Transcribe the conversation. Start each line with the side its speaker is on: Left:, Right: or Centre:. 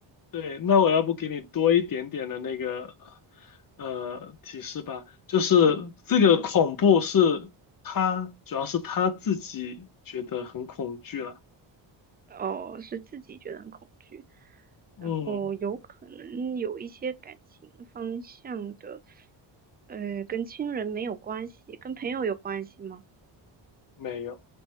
Left: 对，那我要不给你多一点点的那个，呃，提示吧，就是这个恐怖是他，
Right: 好，
Left: 主要是他自己觉得很恐惧了，
Right: 哦，是自己觉得很恐惧，
Left: 嗯，
Right: 然后有可能有一些感情方向的，呃，跟亲人没有关系，跟朋友有关系吗？
Left: 没有，